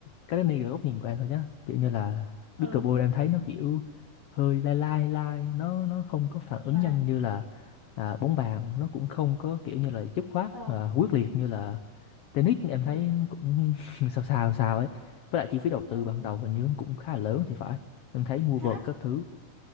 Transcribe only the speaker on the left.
cái đó này góc nhìn của em thôi nhá kiểu như là
pickleball em thấy nó kiểu hơi lai lai lai nó nó không có phản
ứng nhanh như là à, bóng bàn nó cũng không có kiểu như là dứt khoát
à, quyết liệt như là tennis em
thấy cũng <laughs> sao sao sao ấy với lại chi phí đầu
tư
ban đầu hình như cũng khá là lớn thì phải em thấy mua
vợt
các thứ